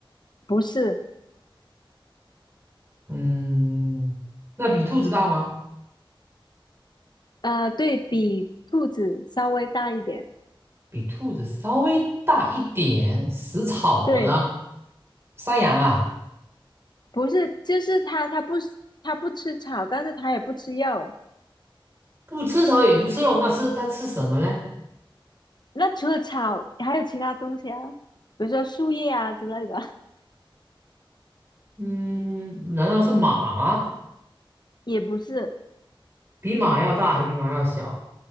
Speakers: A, on the left; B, on the right.
A: 不是，
B: 嗯，那比兔子大吗？
A: 呃，对比兔子稍微大一点。
B: 比兔子稍微大一点，食草的
A: 对，
B: 山羊啊。
A: 不是，就是它，它不它不吃草，但是它也不吃肉。
B: 不吃草也不吃肉，那是它吃什么嘞？
A: 那除了草，还有其他东西啊，比如说树叶啊之类的，<laughs>
B: 嗯，难道是马吗？
A: 也不是。
B: 比马要大还比马要小？